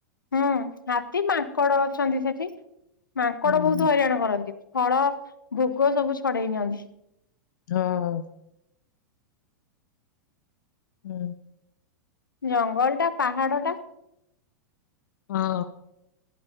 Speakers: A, on the left; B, on the left.
A: ହୁଁ ହାତୀ ମାଙ୍କଡ ଅଛନ୍ତି ସେଠି ମାଙ୍କଡ
B: ହୁଁ
A: ବହୁତ ହଇରାଣ କରନ୍ତି। ଫଳ ଭୋଗ ସବୁ ଛଡେଇ ନିିଅନ୍ତି।
B: ହଁ। ହୁଁ।
A: ଜଙ୍ଗଲ ଟା ପାହାଡ ଟା
B: ହଁ।